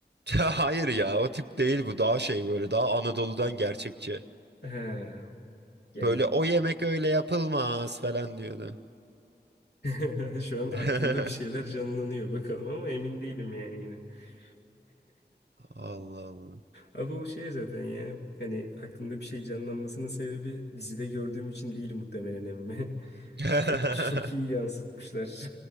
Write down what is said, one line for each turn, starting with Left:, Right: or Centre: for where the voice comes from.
Right: <laughs> Hayır ya o tip değil bu daha şey böyle daha Anadolu'dan gerçekçi.
Left: He. Yani
Right: Böyle o yemek öyle yapılmaz falan diyordu.
Left: <laughs> Şu an aklımda
Right: <laughs>
Left: bir şeyler canlanıyor bakalım ama emin değilim yani yine. <laughs>
Right: Allah Allah.
Left: Abi o şey zaten ya. Hani aklımda bir şey canlanmasının sebebi dizide gördüğüm için değil muhtemelen emmi. <laughs>
Right: <laughs>
Left: Çok çok iyi yansıtmışlar.